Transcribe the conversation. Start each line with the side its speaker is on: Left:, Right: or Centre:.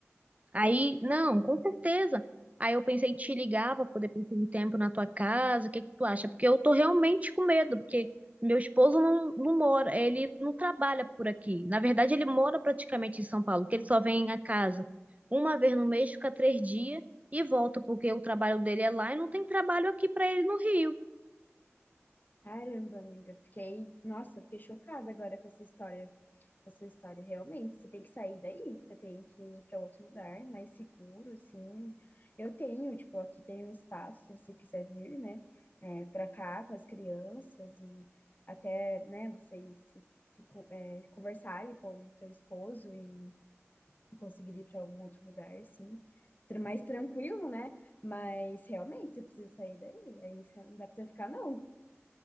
Right: Aí, não, com certeza. Aí eu pensei em te ligar para poder passar um tempo na tua casa, o que que tu acha? Porque eu tô realmente com medo, porque meu esposo não, não mora, ele não trabalha por aqui. Na verdade, ele mora praticamente em São Paulo, porque ele só vem a casa uma vez no mês, fica três dias e volta, porque o trabalho dele é lá e não tem trabalho aqui para ele no Rio.
Left: Caramba, amiga, fiquei, nossa, fiquei chocada agora com essa história, com a sua história, realmente, você tem que sair daí, você tem que ir para outro lugar mais seguro, assim, eu tenho, tipo, aqui tem um espaço, se você quiser vir, né, é, para cá com as crianças e até, né, vocês se, se con- é, conversarem com o teu esposo e, e conseguir ir para algum outro lugar, sim, tr- mais tranquilo, né, mas realmente você precisa sair daí, aí você não dá pra você ficar, não.